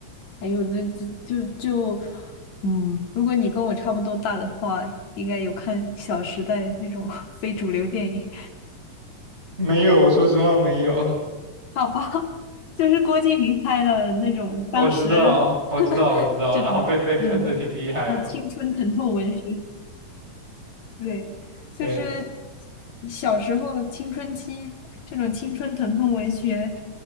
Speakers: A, on the left; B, on the right.
A: 还有那就就就嗯，如果你跟我差不多大的话，应该有看《小时代》那种 <laughs> 非主流电影，
B: 没有，说实话没有。
A: 好吧，<laughs> 就是郭敬明拍的那种，
B: 我知道，
A: 当时
B: 我知道，
A: <laughs>
B: 我知道。
A: 这种。
B: 然后被被喷的挺厉害的嘛。
A: 嗯。啊，青春疼痛文学，对，就是
B: 对，
A: 小时候青春期这种青春疼痛文学，